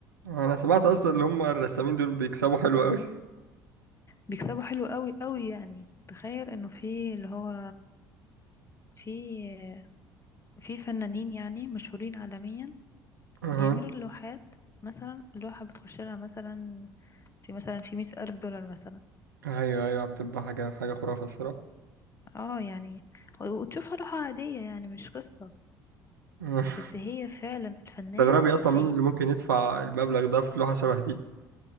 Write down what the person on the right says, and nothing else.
انا سمعت اصلا اللي هم الرسامين دول بيكسبوا حلو قوي
اها
ايوه ايوه بتبقى حاجه حاجه خرافه الصراحه
أها.
تستغربي اصلا
مين اللي ممكن يدفع المبلغ ده في لوحه شبه دي